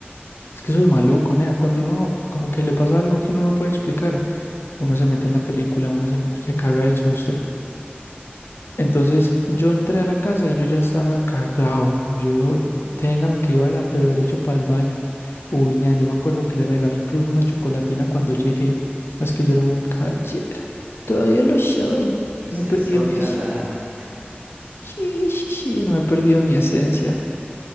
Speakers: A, on the left; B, on the right.
A: Es que eso es maluco, nea. Cuando uno como que le pasa algo que uno no puede explicar, uno se mete en la película, uno se, se caga del susto. Entonces yo entré a la casa y yo ya estaba cagado. Yo, téngame que iba a ir a pero derecho para el baño. Uy, nea, yo me acuerdo que le regalé incluso una chocolatina cuando llegué. Es que yo era un caballero. Todavía lo soy.
B: Ustedes
A: No he perdido
B: son
A: mi
B: galán.
A: esencia. Sí, sí, sí, no he perdido mi esencia.